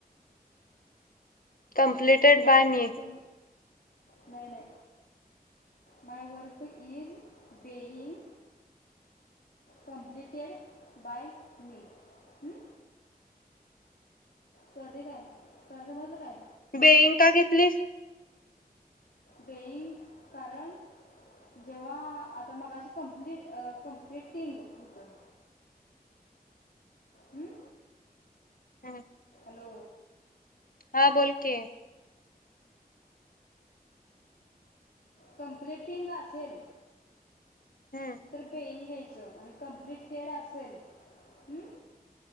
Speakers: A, on the left (about 60°); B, on the left (about 80°).
A: completed
B: my
A: by
B: work
A: me
B: नाही नाही my work is being completed by me हं कळते काय क समजलं काय
A: बेईंका केतलीस
B: बेईंग कारण जेव्हा आता मगाशी कंप्ली कंप्लिटिंग होतं हम्म
A: <inaudible>
B: हॅलो
A: हा बोल की
B: कम्प्लीटिंग असेल
A: हम्म
B: तर बेईन घ्यायचं आणि कमप्लीटेड असेल हं